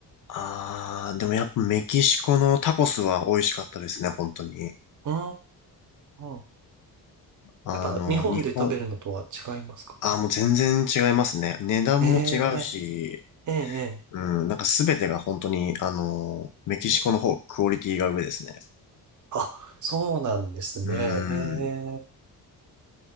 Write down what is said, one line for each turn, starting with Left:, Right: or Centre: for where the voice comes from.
Left: ああ、でもやっぱメキシコのタコスは美味しかったですね、本当に。
Right: うーん。
Left: あの、
Right: やっぱ、日本で食べるのとは違いますか
Left: 日本、あーもう全然違いますね。値段も違うし、
Right: ええええええ
Left: うん、なんかすべてが本当に、あの、メキシコの方、クオリティが上ですね。
Right: あ、そうなんですね。
Left: うん。
Right: え